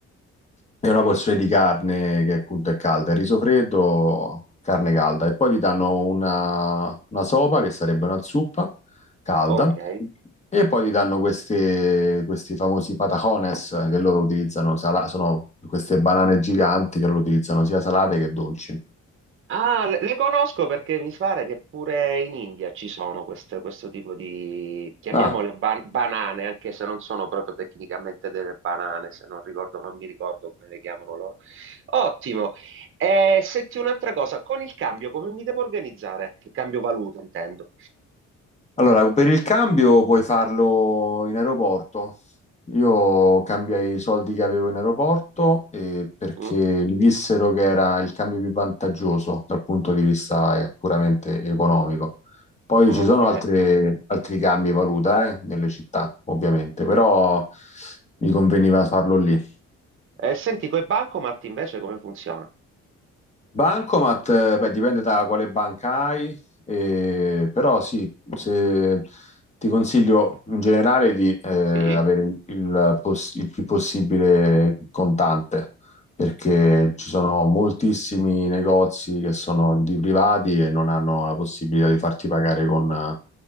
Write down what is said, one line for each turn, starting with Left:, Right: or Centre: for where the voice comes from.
Left: È una porzione di carne che appunto è calda, il riso freddo, carne calda e poi ti danno una, una sopa che sarebbe una zuppa calda
Right: ok.
Left: e poi ti danno queste, questi famosi patacones che loro utilizzano, sala- sono queste banane giganti che loro utilizzano sia salate che dolci.
Right: Ah, le, le conosco perché mi pare che pure in India ci sono queste- questo tipo di, chiamiamole
Left: Ah,
Right: ban- banane, anche se non sono proprio tecnicamente delle banane, se non ricordo, non mi ricordo come le chiamano loro. Ottimo. Eh, senti un'altra cosa, con il cambio come mi devo organizzare? Il cambio valuta, intendo.
Left: Allora, per il cambio puoi farlo in aeroporto. Io cambiai i soldi che avevo in aeroporto eh, perché
Right: Mm,
Left: mi dissero che era il cambio più vantaggioso dal punto di vista eh, puramente economico. Poi
Right: ok.
Left: ci sono altre- altri cambi valuta eh, nelle città, ovviamente, però mi conveniva farlo lì.
Right: E senti, coi bancomat invece come funziona?
Left: Bancomat, eh, beh, dipende da quale banca hai, eh, però sì, se- ti consiglio in generale di eh,
Right: Sì?
Left: avere il, poss- il più possibile contante, perché ci sono moltissimi negozi che sono di privati e non hanno la possibilità di farti pagare con,